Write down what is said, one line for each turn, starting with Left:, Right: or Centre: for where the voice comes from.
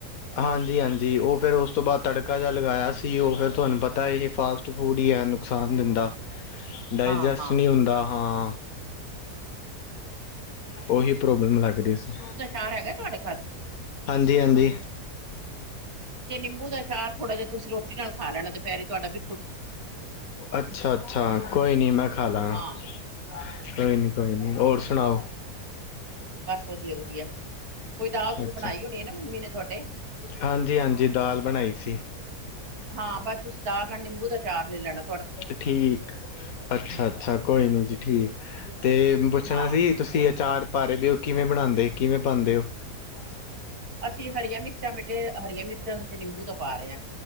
Left: ਹਾਂਜੀ -ਹਾਂਜੀ ਔ ਫੇਰ ਉਸ ਤੋਂ ਬਾਅਦ ਤੜਕਾ ਜਾ ਲਗਾਇਆ ਸੀ ਔ ਫਿਰ ਤੁਆਨੂੰ ਪਤਾ ਈ ਫਾਸਟ ਫੂਡ ਈ ਐ ਨੁਕਸਾਨ ਦਿੰਦਾ। ਡਾਇਜੈਸਟ
Right: ਹਾਂ ਹਾਂ
Left: ਨੀ ਹੁੰਦਾ। ਹਾਂ, ਔਹੀ ਪ੍ਰੋਬਲਮ ਲੱਗਦੀ ਸੀ।
Right: ਚਾਰ ਹੈਗਾ ਤੁਹਾਡੇ ਘਰ,
Left: ਜੀ ਹਾਂਜੀ।
Right: ਤੇ ਨਿੰਬੂ ਦਾ ਅਚਾਰ ਥੋੜਾ ਜਾ ਤੁਸੀਂ ਰੋਟੀ ਨਾਲ ਖਾ ਲੈਨਾ ਦਪੈਰੇ ਤੁ ਆਡਾ ਬੀ
Left: ਅੱਛਾ- ਅੱਛਾ ਕੋਈ ਨੀ ਮੈਂ ਖਾ ਲਾ
Right: ਹਾਂ।
Left: ਗ ਕੋਈ ਨੀ, ਕੋਈ ਨੀ ਹੋਰ ਸੁਣਾਓ।
Right: ਬਸ ਵਧੀਆ- ਵਧੀਆ। ਕੋਈ ਦਾਲ ਦੂਲ
Left: ਅੱਛਾ
Right: ਬਣਾਈ ਹੋਣੀ ਹੈ ਨਾ ਮੰਮੀ ਨੇ ਤੁਹਾਡੇ,
Left: ਹਾਂਜੀ ਹਾਂਜੀ ਦਾਲ ਬਣਾਈ ਸੀ
Right: ਹਾਂ ਬਸ ਤੁਸੀਂ, ਦਾਲ ਨਾਲ ਨਿੰਬੂ ਦਾ ਚਾਰ ਲ ਲੈਨਾ।
Left: ਠੀਕ, ਅੱਛਾ -ਅੱਛਾ ਕੋਈ ਨੀ ਜੀ ਠੀਕ, ਤੇ ਪੁੱਛਣਾ
Right: ਹਾਂ।
Left: ਸੀ। ਤੁਸੀਂ ਅਚਾਰ ਪਾ ਰੇ ਵੀ ਔ, ਕਿਵੇਂ ਬਨਾਂਦੇ ਕਿਵੇਂ ਪਾਂਦੇ ਔ। <inaudible>
Right: ਅਸੀਂ ਹਰੀਆਂ ਮਿਰਚਾਂ ਬੇਟੇ, ਹਰੀਆਂ ਮਿਰਚਾਂ ਤੇ ਨਿੰਬੂ ਦਾਪਾ ਰੇ ਆ।